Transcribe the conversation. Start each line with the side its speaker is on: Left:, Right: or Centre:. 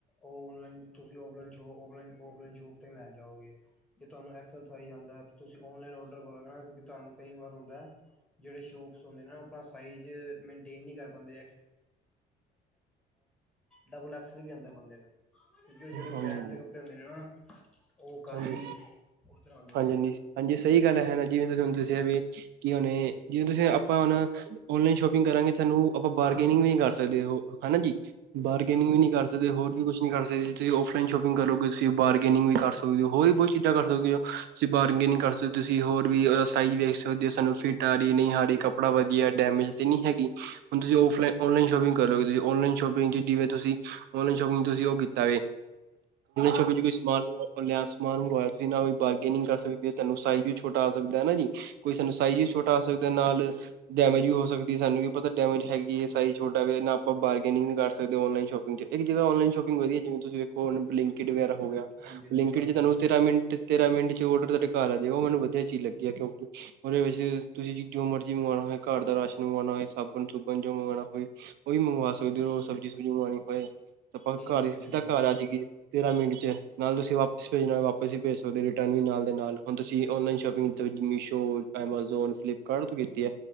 Centre: ਆਨਲਾਈਨ ਤੁਸੀਂ ਆਫਲਾਈਨ ਸ਼ੋਪ ਆਫਲਾਈਨ ਸ਼ੋਪ ਤੇ ਲੈਣ ਜਾਓਗੇ। ਤੁਹਾਨੂੰ ਐਕਸਲ ਸਾਈਜ਼ ਆਉਂਦਾ ਤੁਸੀਂ ਆਨਲਾਈਨ ਆਡਰ ਕਰੋਗੇ ਤੁਹਾਨੂੰ ਕਈ ਵਾਰ ਹੁੰਦਾ। ਜਿਹੜੇ ਸ਼ੋਪਸ ਹੁੰਦੇ ਆਪਣਾ ਸ ਮੇਨਟੇਨ ਨਹੀਂ ਕਰ ਪਾਦੇ। ਡਬਲ ਐਕਸਲ ਵੀ ਆਉਂਦਾ ਬੰਦੇ ਨੂੰ ਕਿਉਂਕਿ ਉਹ ਜਿਹੜੇ
Right: ਹਾਂਜੀ
Centre: ਬ੍ਰੈਂਡ ਦੇ ਕੱਪੜੇ ਹੁੰਦੇ ਨੇ ਨਾ। ਉਹ ਕਾਫੀ
Right: ਹਾਂਜੀ
Centre: ਉਧਰ ਆਂਦੇ
Right: ਹਾਂਜੀ
Centre: ਨੇ
Right: ਹਾਂਜੀ ਹਾਂਜੀ ਸਹੀ ਗੱਲ ਹੈ ਨਾ। ਜਿਵੇਂ ਤੁਸੀਂ ਤੁਾਨੂੰ ਦੱਸਿਆ ਕਿ ਹ ਜਿਵੇਂ ਤੁਸੀਂ ਆਪਾਂ ਹੁਣ ਓਨਲਾਈਨ ਸ਼ੋਪਿੰਗ ਕਰਾਂਗੇ ਤੁਾਨੂੰ ਆਪਾਂ। ਬਨਿੰਗ ਵੀ ਨ ਕਰ ਸਕਦੇ ਹੋ ਹਨਾ ਜੀ ਬਾਰਗੇਨਿੰਗ ਵੀ ਨਹੀਂ ਕਰ ਸਕਦੇ, ਹੋਰ ਵੀ ਕੁਛ ਨੀ ਕਰ ਸਕਦੇ ਤੁਸੀਂ ਆਫਲਾਈਨ ਸ਼ੋਪਿੰਗ। ਕਰੋਗੇ ਤੁਸੀਂ ਬਾਰਗੇਨਿੰਗ ਵੀ ਕਰ ਸਕਦੇ, ਹੋਰ ਵੀ ਬਹੁਤ ਚੀਜ਼ਾਂ ਕਰ ਸਕਦੇ ਹੋ ਤੁਸੀਂ ਬਾਰਗੇਨਿੰਗ ਕਰ ਸਕਦੇ ਹੋ ਤੁਸੀਂ ਹੋਰ, ਫ੍ਰੀ ਸਾਈਜ਼ ਵੇਖ ਸਕਦੇ ਕਿ ਸਾਨੂੰ ਫਿਟ ਆ ਰਹੀ ਨਹੀਂ ਕੱਪੜਾ ਵਧੀਆ ਡੈਮੇਜ ਤੇ ਨ ਨਹੀਂ ਹੈਗੀ ਹੁਣ ਤੁਸੀਂ। ਫ ਔਨਲਾਈਨ ਸ਼ੋਪਿੰਗ ਕਰ ਲਓਗੇ ਤੁਸੀਂ ਔਨਲਾਈਨ ਸ਼ੋਪਿੰਗ ਜਵੇਂ ਤੁਸੀਂ ਔਨਲਾਈਨ ਸ਼ੋਪਿੰਗ ਤੁਸੀਂ ਉਹ ਕੀਤਾ ਹੋਵੇ। ਛਪੇ ਕੋਈ ਸਮਾਨ ਲਿਆ ਸਮਾਨ ਮੰਗਵਾਇਆ ਤੁਸੀਂ ਨਾ ਕੋਈ ਬਾਰਗੇਨਿੰਗ ਕਰ ਸਕਦੇ ਹੋ ਤੁੈਨੂੰ ਸਾਈਜ, ਛੋਟਾ ਆ ਸਕਦਾ ਹਨਾ ਜੀ ਕੋਈ ਸਾਨੂੰ ਸਾਈਜ਼ ਵੀ ਛੋਟਾ ਆ ਸਕਦਾ ਨਾਲ ਡੈਮੇਜ ਵੀ ਹੋ ਸਕਦੀ। ਸਾਨੂੰ ਕੀ ਪਤਾ ਡੈਮਜ? ਹੈਗੀ ਹੈਏ ਸ ਛੋਟਾ ਵੀ ਆਪਾਂ ਬਾਰਗੇਨਿੰ ਵੀ ਕਰਦੇ ਆਨਈਨ ਸ਼ੋਪਿੰਗ ਚ ਇੱਕ ਜਗ੍ਹ ਆਨਲਾਈਨ ਸ਼ੋਪਿੰਗ ਵਧੀਆ ਜਿਵੇਂ ਤੁਸੀਂ ਵੇਖੋ, ਬਲਿੰਕਟ ਵਗੈਰਾ ਹੋ ਗਿਆ
Centre: ਹਾਂਜੀ ਹਾਂਜੀ
Right: ਬਲਿੰਕਟ
Centre: ਭਾਜੀ
Right: ਚ ਤੁਹਾਨੂੰ
Centre: ਬਿਲਕੁਲ
Right: ਤੇਰਾ
Centre: ਜੀ
Right: ਮਿੰਟ ਤੇਾਂ ਮਿੰਟ ਚ ਡਰ ਘਰ ਆ ਜੇਗਾ ਮੈਨੂੰ ਵਧੀਆ ਚੀਜ਼ ਲੱਗੀ ਹੈ, ਕਿਉਂਕਿ ਉਹਦੇ ਵਿੱਚ ਤੁਸੀਂ ਜੋ ਮਰਜ਼ੀ ਮੰਗਵਾਉਣਾ ਹੋਏ ਘਰ ਦਾ ਰਾਸ਼ਨ ਮੰਗਵਾਉਣਾ ਹੋਏ, ਸਾਬਣ ਬਣ ਜੋ ਮੰਗਵਾਉਣਾ ਹੋਏ ਉਹਓ ਵੀ ਮੰਗਵਾ ਸਕਦੇ ਹੋ ਸਬਜ਼ੀ- ਸੁਬਜ਼ੀ ਮੰਗਵਾਉਣੀ ਹੋਏ ਆਪਾਂ
Centre: ਬਿਲਕੁਲ
Right: ਘਰ
Centre: ਜੀ ਬਿਲਕੁਲ
Right: ਸਿੱਧਾ ਘਰ ਆ ਜਾਏਗੀ ਤੇਰਾਂ ਮਿੰਟ ਚ ਨਾਲ ਤੁਸੀਂ, ਵਾਪਿਸ ਭੇਜਣਾ ਵਾਪਿਸ ਹੀੇ ਸਕਦੇ ਹੋ ਰਿਟਰਨ ਵੀ ਨਾਲ ਹੁਣ ਤੁਸੀਂ online shop Meesho, Amazon, Flipkart ਤੋਂ ਕੀਤੀ ਹੈ